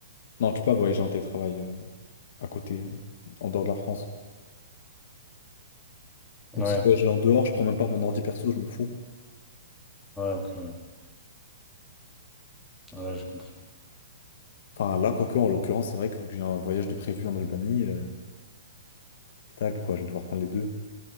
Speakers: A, on the left; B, in the centre.
A: Non, tu peux pas voyager en télétravail euh, à côté, euh, en dehors de la France.
B: Ouais,
A: Donc, si je voyage en dehors, je prends même pas mon ordi perso, je m'en fous.
B: ouais, ok. ouais. Ouais, j'ai compris.
A: Enfin, là, quoique, en l'occurrence, c'est vrai que vu que j'ai un voyage de prévu en Albanie, euh, tac, quoi, je vais devoir prendre les deux.